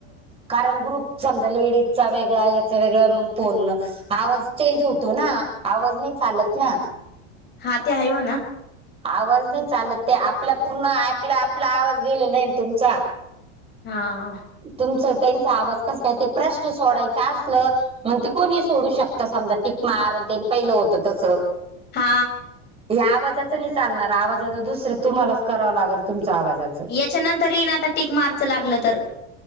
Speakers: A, on the right (about 15°); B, on the left (about 30°).
A: कारण ग्रुप समजा लेडीजचा वेगळा. याच वेगळ. मग फोन आवाज चेंज होतो ना. आवाज नाही चालत ना.
B: हा ते आहे म्हणा.
A: आवाज नाही चालत ते. आपल्या पूर्ण ॲपला आपला आवाज दिलेला आहे ना तुमचा.
B: हा
A: तुमच त्यांचा आवाज कस काय? ते प्रश्न सोडायच आसल मग ते कोणी सोडू शकत समजा. टीक मार अन ते पहिल होत तस.
B: हा
A: हे आवाजाच नाही चालणार. आवाजाच दुसर तुम्हालाच कराव लागेल तुमच आवाजाच.
B: याच्यानंतरही येईन आता टीक मारच लागल तर.